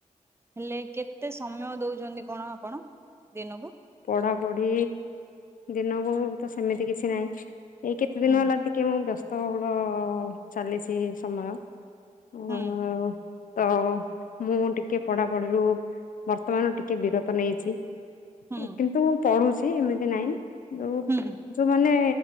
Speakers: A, on the right (about 20°); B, on the left (about 85°).
A: ହେଲେ କେତେ ସମୟ ଦଉଛନ୍ତି କଣ ଆପଣ ଦିନକୁ?
B: ପଢାପଢି ଦିନକୁ ତ ସେମିତି କିଛି ନାହିଁ ଏଇ କେତେ
A: ହୁଁ
B: ଦିନ ହେଲା ଟି କି ମୁଁ ବ୍ୟସ୍ତବହୁଳ ଚାଲିଛି ସମୟ ଉଁ
A: ହୁଁ
B: ତ ମୁଁ ଟିକେ ପଢ଼ାପଢ଼ିରୁ ବର୍ତ୍ତମାନ ଟିକେ ବିରତ ନେଇଛି।
A: ହୁଁ
B: କିନ୍ତୁ ମୁଁ ପଢୁଛି ଏମିତି ନାହିଁ। ଯୋଉ
A: ହୁଁ
B: ଯୋଉମାନେ